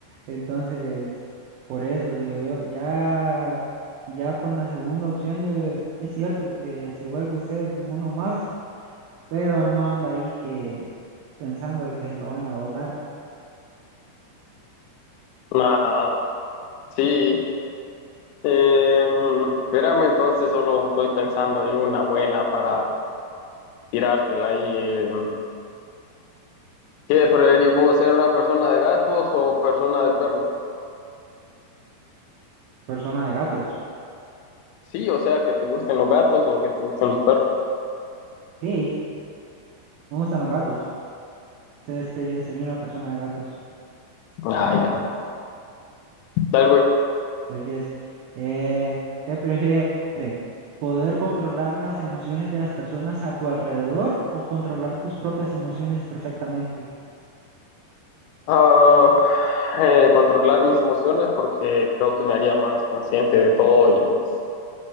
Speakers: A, on the right (about 85°); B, on the left (about 85°).
A: entonces, por eso digo yo, ya, ya con la segunda opción, eh, es cierto, eh, se vuelve usted uno más pero no anda ahí que pensando de que se lo van a doblar.
B: Ajá, sí. Eh, espérame, entonces solo estoy pensando ahí una buena para tirártela ahí. Eh, ¿Qué preferís vos, ser una persona de gatos o persona de perros?
A: Persona de gatos.
B: Sí, o sea, que te gusten los gatos o que te gusten los perros.
A: Sí, me gustan los gatos. Se- Sería, sería una persona de gatos.
B: Ah, ya. Dale, güey.
A: Yo, yes. Eh, ¿qué prefiere? ¿Poder controlar las emociones de las personas a tu alrededor o controlar tus propias emociones perfectamente?
B: Ah, eh, controlar mis emociones porque creo que me haría más consciente de todo y pues